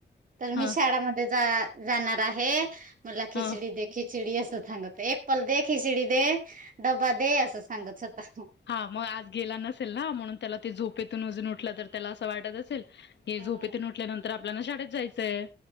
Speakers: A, on the right; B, on the left.
A: तर मी
B: ह
A: शाळामध्ये जा जाणार आहे. मला खिचडी
B: ह
A: दे खिचडी असं सांगत होता एप्पल दे, खिचडी दे. डबा दे असं सांगत होता.
B: हा मग आज गेला नसेल ना म्हणून त्याला ते झोपेतून अजून उठलं तर त्याला असं वाटत असेल. हे
A: हम्म.
B: झोपेतून उठल्यानंतर आपल्याला शाळेत जायचंय.